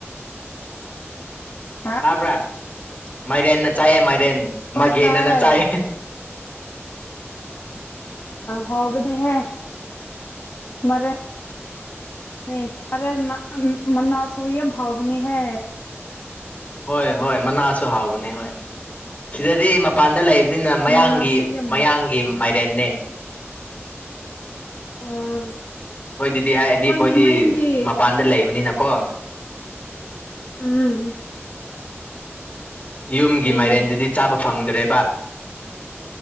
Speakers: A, on the left; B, on the left.
A: ꯍꯥ
B: ꯇꯥꯕ꯭ꯔꯥ ꯃꯥꯏꯔꯦꯟꯅ ꯆꯥꯏꯌꯦ ꯃꯥꯏꯔꯦꯟ
A: ꯍꯣꯏ
B: ꯃꯥꯒꯦꯅꯅ
A: ꯇꯥꯏ
B: ꯆꯥꯏ
A: ꯍꯥꯎꯕꯤꯗꯤꯍꯦ ꯃꯔ ꯅꯤ ꯑꯔꯦꯟ ꯃ ꯑꯝ ꯃꯅꯥꯁꯨꯨ ꯌꯥꯝ ꯍ ꯥꯎꯕꯅꯤ ꯍꯦ
B: ꯍꯣꯏ ꯍꯣꯏ ꯃꯅꯥꯁꯨ ꯍꯥꯎꯕꯅꯦ ꯍꯣꯏ ꯁꯤꯗꯗꯤ ꯃꯄꯥꯟꯗ ꯂꯩꯕꯅꯤꯅ ꯃꯌꯥꯡꯒꯤ
A: ꯃꯅꯥꯁꯨ ꯌꯥꯝ
B: ꯃꯌꯥꯡꯒꯤ ꯃꯥꯏꯔꯦꯟꯅꯦ
A: ꯑꯥ
B: ꯑꯩꯈꯣꯏ ꯑꯗꯨꯗꯤ ꯍꯥꯏꯗꯤ
A: ꯍꯣꯏꯅꯦ
B: ꯑꯩꯈꯣꯏꯗꯤ
A: ꯃꯌꯦꯡꯒꯤ
B: ꯃꯄꯥꯟꯗ ꯂꯩꯕꯅꯤꯅꯀꯣ
A: ꯎꯝ
B: ꯌꯨꯝꯒꯤ
A: ꯍꯣꯏꯅꯦ
B: ꯃꯥꯏꯔꯦꯟꯗꯨꯗꯤ ꯆꯥꯕ ꯐꯪꯗ꯭ꯔꯦꯕ